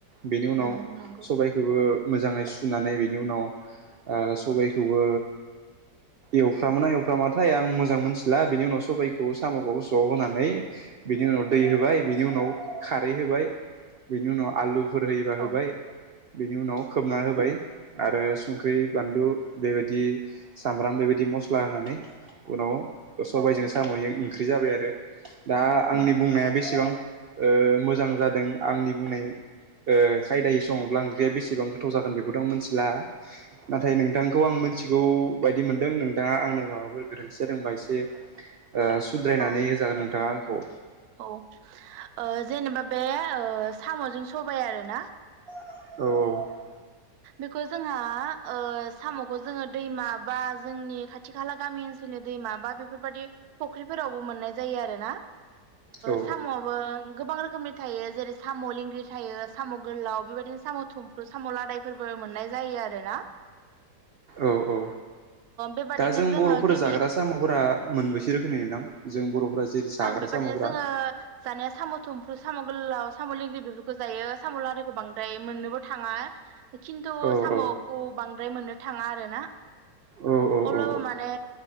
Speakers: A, on the right; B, on the right.
A: बेनि उनाव
B: उम नंगौ
A: सबायखौोबो मोजाङै सुनानै बेनि उनाव सबायखौबो एवफ्रामोना एवफ्रामाथाय आं मोजां मोनथिला बेनि उनाव सबायखौ साम'खौ ज होनांगौ ओमफाय बिनि उनाव दै होबाय बिनि उनाव खारै होबाय बिनि उनाव आलु खारै होबाय
B: औ
A: होबाय
B: औ
A: बिनि उनाव खोबना होबाय आरो संख्रि बानलु बेबायदि सामब्राम बेबायदि मस्ला होनानै उनाव सबायजों
B: औ औ
A: साम'जों ओंख्रि जाबाय आरो दा आंनि बुंनाया बेसेबां मोजां जादों आंनि बुंनाय खायदायै सङोब्ला ओंख्रिया बेसेबां गोथाव जागोन बेखौथ' आं मिथिला नाथाय नोंथांखौ आं मिथिगौ बायदि मोनदों नोंथाङा आंनो माबाफोर गोरोंसिन सोरोंबा एसे सुद्रायनानै
B: औ
A: होजागोन नोंथाङा आंखौ
B: औ जेनेबा बे साम'जों सबाय आरोना
A: औ
B: बे जोंहा साम'खौ जोङो दैमा बा जोंनि खाथि खाला गामि ओनसोलनि दैमा माबा बेफोरबायदि फुख्रिफोरावबो मोननाय जायो आरोना
A: औ
B: साम'आबो गोबां रोखोमनि थायो जेरै साम' लेंंग्रि थायो साम' गोलाव बेबायदिनो साम' थुमफ्रु साम' लादायफोरबो मोननाय जायो आरो ना
A: औ औ
B: बेबादिनो
A: दा जों
B: जोङो
A: बर'फोरा
B: गिबि
A: जाग्रा साम'फोरा मोनबेसे रोखोमनि दं जों बर'फोरा जै जाग्रा
B: बेबायदिनो
A: साम'फोरा
B: जोङो जानाया साम' थुमफ्रु साम' गोलाव साम'ल लंग्रि बेफोरखौ जायो साम'ल लखौ बांद्राय मोननोबो थाङा खिन्थु
A: औ
B: साम'खौ
A: औ
B: बांद्राय मोननो थाङा आरो ना
A: औ औ
B: अब्लाबो
A: औ
B: माने